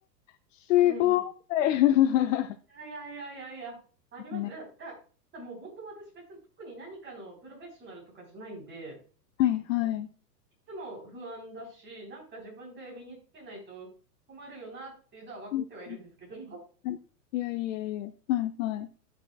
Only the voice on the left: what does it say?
すごい。
<laughs>
ね。
はいはい。
うんうんはいいやいやいや。はいはい。